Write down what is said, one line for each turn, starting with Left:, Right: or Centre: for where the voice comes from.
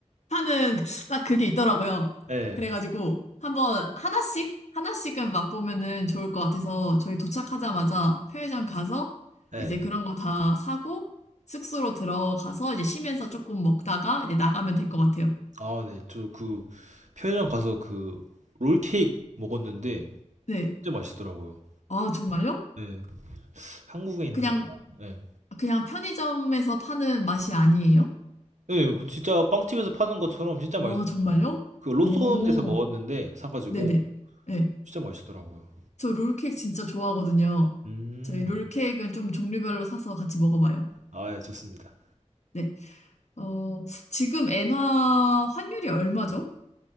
Left: 파는 딱 그게 있더라고요.
Right: 예.
Left: 그래가지고 한번 하나씩 하나씩은 맛보면은 좋을 것 같아서 저희 도착하자마자 편의점 가서
Right: 예.
Left: 이제 그런 거 다 사고 숙소로 들어가서 이제 쉬면서 조금 먹다가 이제 나가면 될 것 같아요.
Right: 아 네. 저 그 편의점 가서 그 롤케이크 먹었는데
Left: 네.
Right: 진짜 맛있더라고요.
Left: 아, 정말요?
Right: 예. 한국에 있는
Left: 그냥
Right: 거랑 예.
Left: 그냥 편의점에서 파는 맛이 아니에요?
Right: 예. 그 진짜 빵집에서 파는 것처럼 진짜 맛있었어요.
Left: 어, 정말요?
Right: 그 로손에서
Left: 오,
Right: 먹었는데 사 가지고
Left: 네네. 네.
Right: 진짜 맛있더라고요.
Left: 저 롤케이크 진짜 좋아하거든요.
Right: 음.
Left: 저희 롤케이크는 좀 종류별로 사서 같이 먹어봐요.
Right: 아 예 좋습니다.
Left: 네. 어, 지금 엔화 환율이 얼마죠?